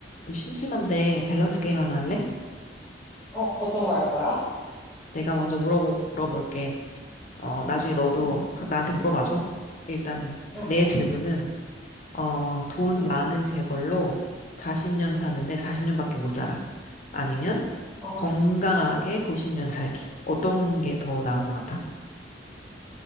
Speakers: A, on the left; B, in the centre.
A: 우리 심심한데 밸런스 게임 하나 할래?
B: 어, 어떤 거 할 거야?
A: 내가 먼저 물어보, 물어볼게. 어, 나중에 너도
B: 응,
A: 하- 나한테 물어봐줘. 일단
B: 아,
A: 내
B: 오케이.
A: 질문은 어, 돈
B: 응.
A: 많은 재벌로 40년 사는데 40년밖에 못 살아. 아니면
B: 아,
A: 건강하게 90년 살기. 어떤 게 더 나은 것 같아?